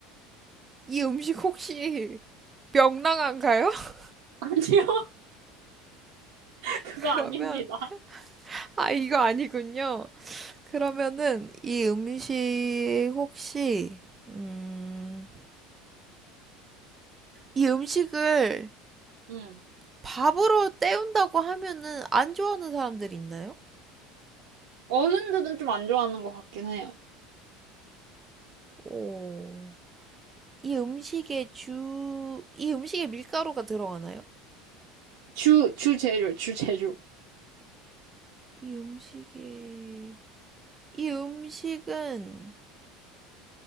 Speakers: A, on the right; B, on the right.
A: 이 음식 혹시 명랑한가요? <laughs>
B: <laughs> 아니요. <laughs> 그거
A: 그러면,
B: 아닙니다.
A: 아, 이거 아니군요. 그러면은 이 음식 혹시, 음, 이 음식을
B: 응.
A: 밥으로 때운다고 하면은 안 좋아하는 사람들이 있나요?
B: 어른들은 좀 안 좋아하는 것 같긴 해요.
A: 오, 이 음식에 주, 이 음식에 밀가루가 들어가나요?
B: 주, 주 재료, 주 재료.
A: 이 음식에, 이 음식은